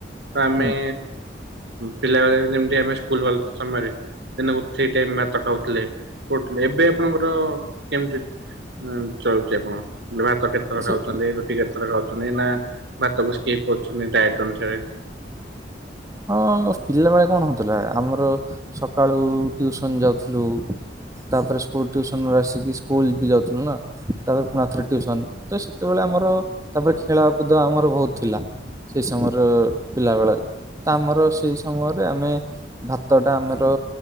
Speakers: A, on the right; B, on the right.
A: ତ ଆମେ
B: ହୁଁ
A: ପିଲାବେଳେ ଯେମିତି ଆମେ ସ୍କୁଲୁ ବା ସମୟରେ ଦକୁ <unintelligible> ଭାତ ଖାଉଥିଲେ କଥିଲେ ଏବେ ଆପଣଙ୍କର କେମିତି ଚଳୁଚି ଆପଣ ଭାତ କେତେଥର
B: ସେ
A: ଖାଉଚନ୍ତି ରୁଟି କେତେ ଥର ଖାଉଚନ୍ତି ନା ଭାତକୁ ସ୍କିପ କରୁଚନ୍ତି ଡାଏଟ୍ ଅନୁସାରେ?
B: ହଁ ପିଲାବେଳେ କଣ ହଉଥିଲା ଆମର ସକାଳୁ ଟିଉସନ ଯାଉଥିଲୁ ତାପରେ ସ୍କୁଲୁ ଟ୍ୟୁସନ ଆସିକି ସ୍କୁଲୁ ବି ଯାଉଥିଲୁ ନା। ତାପରେ ପୁଣି ଥରେ ଟ୍ୟୁସନ ତ ସେତେବେଳେ ଆମର ତାପରେ ଖେଳକୁଦ ଆମର ବହୁତୁ ଥିଲା। ସେଇ ସମୟରେ ପିଲା ବେଳ ତ ଆମର ସେଇ ସମୟରେ ଆମେ ଭାତ ଟା ଆମର